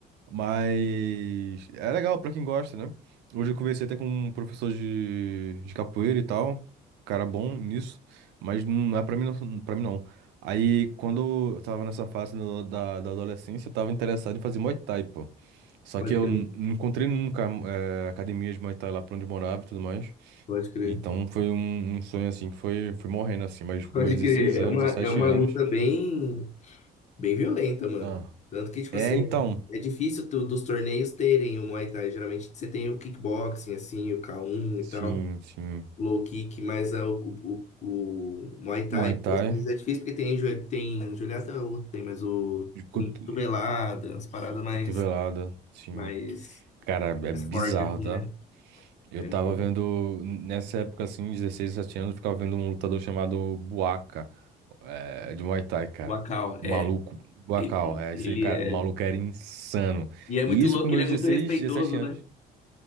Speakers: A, on the right (about 85°); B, on the left (about 45°).
A: Mas é legal pra quem gosta, né? Hoje eu conversei até com um professor de, de capoeira e tal. Cara bom nisso. Mas não é pra mim, não, pra mim não. Aí, quando eu tava nessa fase da, da, da adolescência, eu tava interessado em fazer Muay Thai, pô. Só
B: pode
A: que eu
B: crer,
A: n- não encontrei nunca eh, academia de Muay Thai lá pra onde eu morava e tudo mais.
B: pode crer,
A: Então foi um, um sonho assim que foi, foi morrendo assim, mas com
B: pode
A: meus 16
B: crer. É
A: anos,
B: uma,
A: 17
B: é uma
A: anos.
B: luta bem, bem violenta, mano.
A: Ah.
B: Tanto que, tipo
A: É,
B: assim,
A: então.
B: é difícil tu- dos torneios terem o Muay Thai. Geralmente você tem o kickboxing, assim, o K1 e
A: Sim,
B: tal,
A: sim.
B: low kick, mas é o, o, o, o Muay Thai
A: Muay Thai,
B: mesmo, às vezes é difícil porque tem, jo- tem Julieta é outro, tem, mas o
A: de cotu-
B: tem cotovelada, as paradas mais,
A: cotovelada, sim.
B: mais,
A: Cara, é
B: mais
A: bizarro,
B: fortes, assim,
A: tá?
B: né?
A: Eu
B: É
A: tava
B: muito.
A: vendo, nessa época assim, 16 17 anos, eu ficava vendo um lutador chamado Buaca, é, de Muay Thai, cara.
B: O Akal,
A: O
B: é.
A: maluco, Buacal,
B: Ele,
A: é
B: ele
A: isso aí, cara.
B: é.
A: O maluco era insano.
B: E é
A: E
B: muito
A: isso
B: louco,
A: com meus
B: ele é
A: 16
B: muito respeitoso,
A: 17 anos.
B: né?